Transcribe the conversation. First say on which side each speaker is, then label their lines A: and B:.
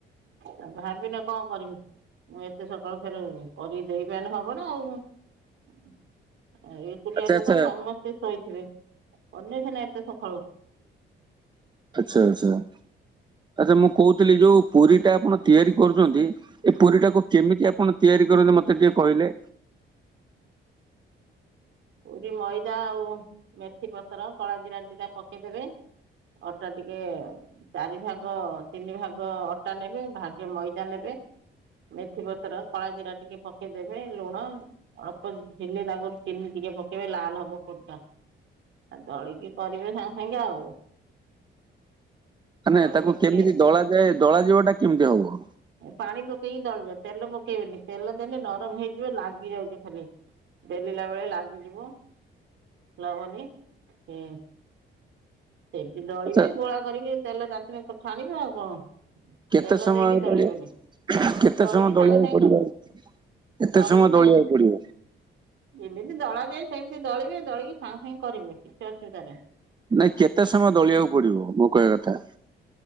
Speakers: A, on the right; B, on the right.
A: ଆଉ ଭାବିନେ କଣ କରିମି? ମୁଁ ଏତେ ସକାଳୁ ଫେର କରିକି ଦେଇ ପାରିଲେ ହବ ନା ଆଉ ଏ ଏକୁଟିଆ
B: ଆଚ୍ଛା
A: ଲୋକ
B: ଆଚ୍ଛା
A: ସମସ୍ତେ ଶୋଇଥିବେ କନେ ସିନା ଏତେ ସକାଳୁ।
B: ଆଚ୍ଛା ଆଚ୍ଛା ଆଚ୍ଛା ମୁଁ କହୁଥିଲି ଯୋଉ ପୁରିଟା ଆପଣ ତିଆରି କରୁଛନ୍ତି ଏ ପୁରିଟାକୁ କେମିତି ଆପଣ ତିଆରି କରନ୍ତି ମତେ ଟିକେ କହିଲେ?
A: ପୁରୀ ମଇଦା ଆଉ ମେଥି ପତ୍ର କଳା ଜିରା ଦିଟା ପକେଇଦେବେ ଅଟା ଟିକେ ଚାରି ଭାଗ ତିନି ଭାଗ ଅଟା ନେବେ ଭାଗେ ମଇଦା ନେବେ ମେଥିପତ୍ର କଳା ଜିରା ଟିକେ ପକେଇଦେବେ ଲୁଣ ଅଳ୍ପ ଝିଲେ ନାକୁ ଚିନି ଟିକେ ପକେଇବେ ଲାଲ ହବ ପୁରିଟା ଦଳିକି କରିବେ ସାଙ୍ଗେ ସାଙ୍ଗେ ଆଉ
B: ମାନେ
A: ଦଳିବେ
B: ତାକୁ
A: ଟିକେ
B: କେମିତି ଦଳାଯାଏ ଦଳାଯିବା ଟା କେମିତି ହବ?
A: ପାଣି ପକେଇକି ଦଳିବ ତେଲ ପକେଇବେନି ତେଲ ଦେଲେ ନରମ ହେଇଯିବ ଲାଗି ଯାଉଛି ଖାଲି। ବେଲିଲା ବେଳେ ଲାଗ ଯିବ ଲା ବେଲି ହବନି। ସେନି ଦଳିବେ
B: ଆଚ୍ଛା
A: ଗୋଳା କରିକି ତେଲ ତାତିଲେ ଛାଣିବେ ଆଉ କଣ?
B: କେତେ
A: ତେଲ
B: ସମୟ
A: ଦେଇକି ଦଳିବେନି।
B: ପଡିବ କେତେ
A: ଦଳିକି
B: ସମୟ ଦଳିବାକୁ
A: ସାଙ୍ଗେ ସାଙ୍ଗେ
B: ପଡିବ
A: କରିବେ
B: କେତେ
A: ଦଳିକି
B: ସମୟ
A: ସାଙ୍ଗ
B: ଦଳିବାକୁ ପଡିବ?
A: ଯେମିତି ଦଳାଯାଏ ସେମିତି ଦଳିବେ ଦଳିକି ସାଙ୍ଗେ ସାଙ୍ଗେ କରିବେ କିଛି ଅସୁବିଧା ନାହିଁ।
B: ନାଇଁ କେତେ ସମୟ ଦଳିବାକୁ ପଡିବ ମୋ କହିବା କଥା।